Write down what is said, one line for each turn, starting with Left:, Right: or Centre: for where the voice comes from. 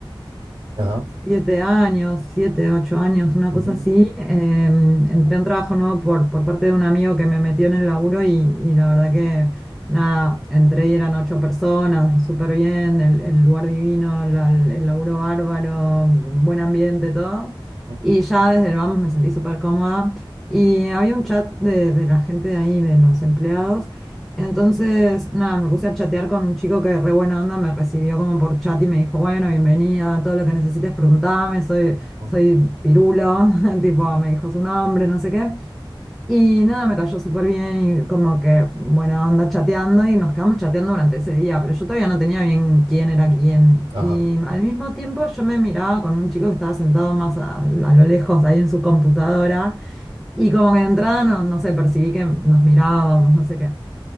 Right: Ajá,
Centre: siete años, siete, ocho años, una
Right: ujú,
Centre: cosa así. eh, entré a un trabajo nuevo por, por parte de un amigo que me metió en el laburo y, y la verdad que nada, entré y eran ocho personas, súper bien, el, el lugar divino, la- el laburo bárbaro, buen ambiente, todo.
Right: ajá,
Centre: Y ya desde el vamos me sentí súper cómoda. Y había un chat de, de la gente de ahí, de los empleados. Entonces, nada, me puse a chatear con un chico que re buena onda me recibió como por chat y me dijo, bueno, bienvenida, todo lo que necesites preguntame, soy,
Right: ajá.
Centre: soy Pirulo, <laughs> tipo, me dijo su nombre, no sé qué. Y nada, me cayó súper bien y como que buena onda chateando y nos quedamos chateando durante ese día, pero yo todavía no tenía bien quién era quién.
Right: ajá.
Centre: Y al mismo tiempo yo me miraba con un chico que estaba sentado más a, a lo lejos ahí en su computadora y como que de entrada, no, no sé, percibí que nos mirábamos, no sé qué.